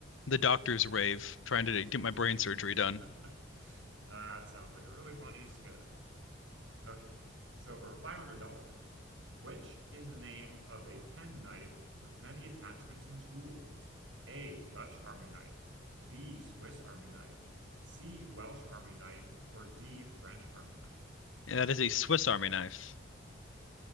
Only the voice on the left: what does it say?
the doctor's rave, trying to get my brain surgery done,
and that is a Swiss Army knife.